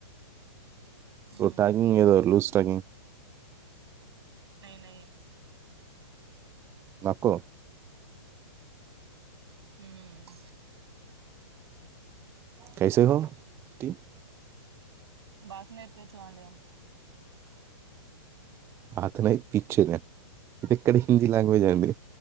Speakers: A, on the right; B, on the right.
A: యు
B: ఉహు
A: టాకింగ్ ఏదో లూస్ టాకింగ్
B: ఏ
A: నక్కో
B: హుమ్
A: కైసే హో టీ
B: భాష నేర్పిచ్చు అండి
A: అతనై పిచ్చేద ఇదెక్కడి హిందీ లాంగ్వేజ్ అండి